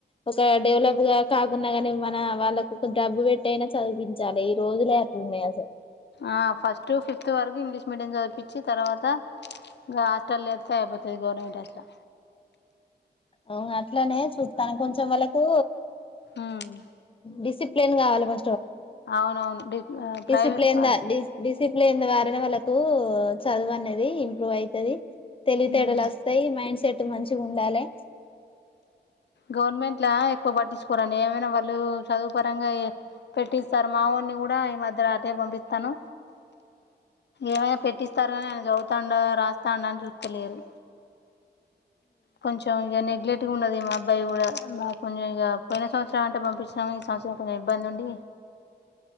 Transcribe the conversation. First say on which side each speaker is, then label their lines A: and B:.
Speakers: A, on the left; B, on the left.
A: ఒక డెవలప్ గా కాకున్నా కాని మన వాళ్ళకు ఒక డబ్బు పెట్టి అయినా చదివిం చాలి ఈ రోజులే అట్లున్నాయి అసలు
B: ఆ ఫస్ట్ ఫిఫ్త్ వరకు ఇంగ్లీష్ మీడియం చదివిపించి తర్వాత ఇగ హాస్టల్లో వేత్తే అయిపోతాది గవర్నమెంట్ అట్లా
A: అ అట్లనే చూస్తాను కొంచెం వాళ్ళకు
B: మ్మ్
A: డిసిప్ ప్లిన్ కావాల గా
B: అవునవును డిఫ ప్రైవేప
A: డిసిప్లిన్ డి డిసిప్లిన్ ద్వారానే వాళ్ళకు చదువనేది ఇంప్రూవ్ అయితది తెలివితేటలు
B: మ్మ్
A: వస్తాయి మైండ్ సెట్ టు మంచిగా ఉండాలి
B: గవర్నమెంట్ లా ఎక్కువ పట్టించుకోరండి. ఏమైనా వాళ్ళు చదువు పరంగా ఏ పెట్టిస్తారు. మా వోడిని కూడా ఈ మధ్యలో అటే పంపిస్తాను. ఏమైనా పెట్టిస్తారు కాని ఆయన చదువుతాండా రాస్తాండా అని చూస్తలేరు కొంచెం ఇక నెగ్లెక్ట్ గా ఉండది మా అబ్బాయి కూడా మా కొంచెం ఇక పోయిన సంవత్సరం అంటే పంపించినాము ఈ సంవత్సరం కొంచెం ఇబ్బంది ఉండి